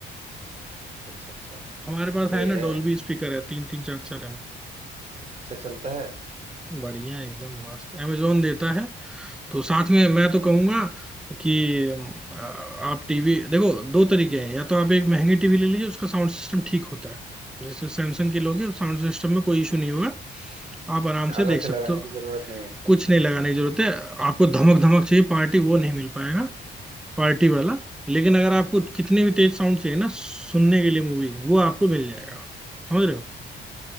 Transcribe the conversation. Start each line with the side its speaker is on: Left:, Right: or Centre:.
Right: अच्छा अच्छा अच्छा
Centre: हमारे पास
Right: ये
Centre: है ना
Right: है
Centre: डॉल्बी स्पीकर है तीन तीन चार चार है
Right: अच्छा चलता है
Centre: बढ़िया है, एकदम मस्त Amazon देता है तो साथ में मैं तो
Right: हम्म
Centre: कहूंगा कि अ, आप टीवी देखो दो तरीके हैं या तो आप एक महंगी टीवी ले लीजिए उसका साउंड सिस्टम ठीक होता है जैसे सैमसंग की लोगे साउंड
Right: ठीक है।
Centre: सिस्टम में कोई इशू नहीं होगा आप आराम
Right: अच्छा,
Centre: से
Right: अलग
Centre: देख
Right: से
Centre: सकते
Right: लगाने
Centre: हो
Right: की जरूरत नहीं है
Centre: कुछ नहीं लगाने की जरूरत है आपको धमक धमक चाहिए पार्टी वो नहीं मिल पाएगा पार्टी वाला लेकिन अगर आपको कितने भी तेज साउंड चाहिए ना सुनने के लिए मूवी वो आपको मिल जाएगा समझ रहे हो